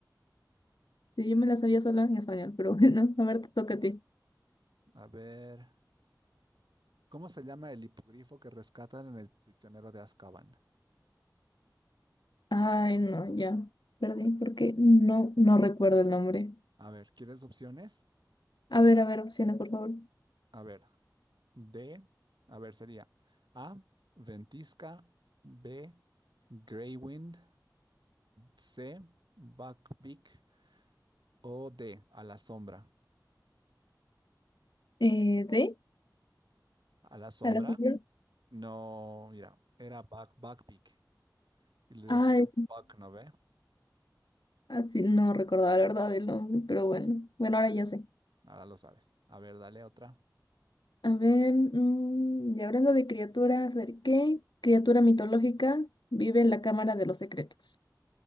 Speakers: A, on the left; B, on the right.
A: Sí, yo me la sabía sola en español, pero <laughs> bueno, a ver, te toca a ti.
B: A ver, ¿cómo se llama el hipogrifo que rescatan en el prisionero de Azkaban?
A: Ay, no, ya, perdí, porque no, no recuerdo el nombre.
B: A ver, ¿quieres opciones?
A: A ver, a ver, opciones, por favor.
B: A ver, D, a ver, sería A, Ventisca, B, Greywind, C, Buckbeak o D, a la sombra.
A: Eh, ¿de?
B: A la sombra,
A: ¿A la sombra?
B: no, mira, era Buck, Buckbeak y le decían
A: Ay,
B: Buck, ¿no ve?
A: así no recordaba la verdad el nombre, pero bueno, bueno, ahora ya sé.
B: Ahora lo sabes. A ver, dale otra.
A: A ver, mm, y hablando de criaturas, a ver, ¿qué criatura mitológica vive en la Cámara de los Secretos?